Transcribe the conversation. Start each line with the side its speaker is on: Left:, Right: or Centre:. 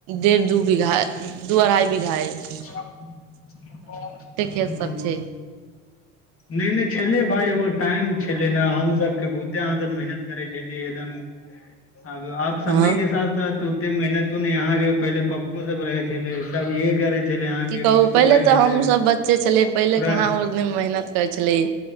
Right: डेढ़ दू बीघा दू अढ़ाइ बीघा ह।
Left: ओ
Right: खेतसभ छै
Left: नहि नहि छले भााय एगो टाइम छले ने हम सबके बहुते अहाँ मेहनत करै छल एकदम अब आ समय
Right: हँ
Left: के साथ साथ ओते मेहनत ने यहा के पहिले पप्पो सब रहे छले सब इहे करे छली अहा
Right: की
Left: के
Right: कहू
Left: बड़को
Right: पहिले
Left: भाई
Right: तऽ
Left: छलाई
Right: हमसभ बच्चे छलियै पहिले
Left: पूरा
Right: कहाँ ओतने मेहनत करै छलियै